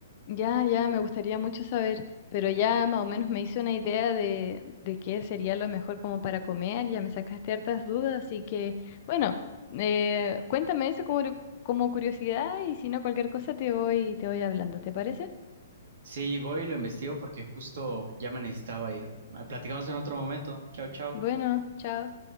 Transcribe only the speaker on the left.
Ya, ya, me gustaría mucho saber, pero ya más o menos me hice una idea de, de qué sería lo mejor como para comer. Ya me sacaste hartas dudas, así que, bueno, eh, cuéntame eso como, como curiosidad y si no, cualquier cosa te voy, te voy hablando. ¿Te parece?
Bueno, chao.